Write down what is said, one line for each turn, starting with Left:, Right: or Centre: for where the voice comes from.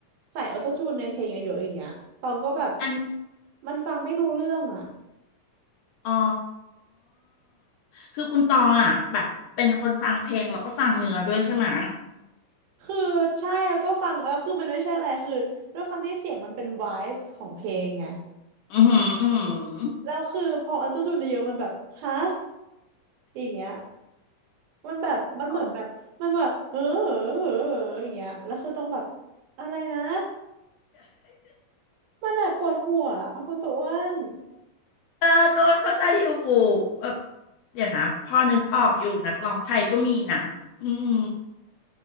Right: ใส่ออโต้จูนในเพลงเยอะๆอย่างเงี้ยตองก็แบบ
Left: อัน
Right: มันฟังไม่รู้เรื่องอ่ะ
Left: อ๋อ คือคุณตองอ่ะแบบเป็นคนฟังเพลงแล้วก็ฟังเนื้อด้วยใช่ไหมะ
Right: คือใช่แล้วก็ฟังเออคือมันไม่ใช่อะไรคือด้วยความที่เสียงมันเป็น vibes ของเพลงไง
Left: อือหืออือหือ
Right: แล้วคือพอออโต้จูนเยอะๆมันแบบฮะอย่างเงี้ยมันแบบมันเหมือนแบบมันแบบเออเออเออเอออย่างเงี้ยแล้วคือต้องแบบ
Left: อ๋อ
Right: อะไรนะมันแบบปวดหัวคุณตัวอ้วน
Left: เออโดนเข้าใจอยู่แบบเดี๋ยวนะพอนึกออกอยู่นักร้องไทยก็มีนะอืม